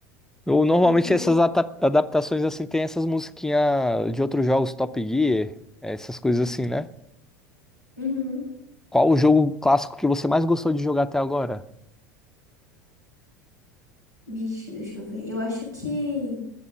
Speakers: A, in the centre; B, on the right.
A: Eu- normalmente
B: Uhum.
A: essas ata- adaptações assim tem essas musiquinhas de outros jogos, Top Gear, essas coisas assim, né?
B: Uhum.
A: Qual o jogo clássico que você mais gostou de jogar até agora?
B: Vixe, deixa eu ver. Eu acho que